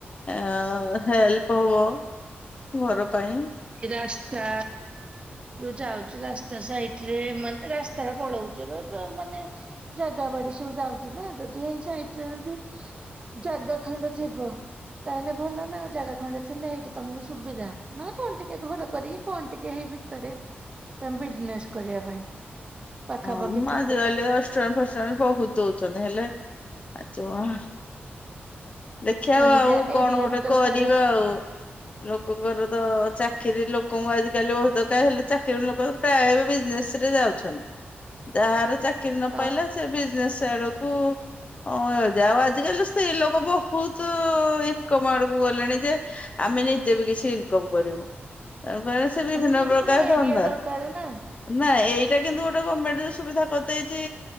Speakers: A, on the left (about 30°); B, on the right (about 25°).
A: ଆଁ ହେଲ୍ପ ହବ। ଘର ପାଇଁ
B: ରାସ୍ତା ଯୋଉ ଯାଉଚି ରାସ୍ତା ସାଇଟ୍ ରେ ମାନେ ରାସ୍ତା ଟା ପଳଉଛି ବ ବା ମାନେ ଜାଗା ବାଡି ସବୁ ଯାଉଚି ନା, ଯଦି ହେଇ ସାଇଟ୍ ରେ ଯଦି ଜାଗା ଖଣ୍ଡେ ଥିବ ତାହେଲେ ଭଲ ନା, ଜାଗା ଖଣ୍ଡେ ଥିଲେ ହେଇଠି ତମୁକୁ ସୁବିଧା। ମାନେ କଣ ଟିକେ ଘର କରିକି କଣ ଟିକେ ହେଇ ଭିତରେ ତମେ ବିଜନେସ୍ କରିବା ପାଇଁ। ପାଖାପାଖି
A: ହଁ
B: ଥିବ
A: ଆଜିକାଲି ଅଷ୍ଟମି ଫଷ୍ଟମି ବହୁତ୍ ଦଉଚନ୍ତି ହେଲେ ଆ <unintelligible> ଦେଖିଆ ଆଉ,
B: ଏମିତିଆ
A: ଆଉ କଣ
B: ଏରିଆ
A: ଗୋଟେ
B: ବି ଦରକାରେ
A: କରିବା ଆଉ। ଲୋକଙ୍କର ତ ଚାକିରି ଲୋକଙ୍କୁ ଆଜିକାଲି <unintelligible> ହେଲେ ଚାକିରି ଲୋକ ପ୍ରାୟ ଏବେ ବିଜନେସ୍ ରେ ଯାଉଚନ୍ତି, ଯାହାର ଚା କିରି ନ ପାଇଲା
B: ଅ
A: ସେ ବିଜନେସ୍ ଆଡକୁ ହଁ ଯାହଉ ଆଜିକାଲି ତ ସ୍ତ୍ରୀ ଲୋ କ ସବୁ ବହୁତୁ ଇନକମ୍ ଆଡୁକୁ ଗଲେଣି ଯେ ଆମେ ନିଜେ ବି କିଛି ଇନକମ୍ କରିବୁ <unintelligible> <unintelligible> ବିଭିନ୍ନ
B: ହେମିତି
A: ପ୍ରକାର
B: ପୁଣି
A: ଧନ୍ଦା।
B: ଏରିଆ ଦରକାର ନା
A: ନା ଏଇଟା କିନ୍ତୁ ଗୋଟେ ଗମେଣ୍ଟ୍ ରେ ସୁବିଧା କରି ଦେଇଚି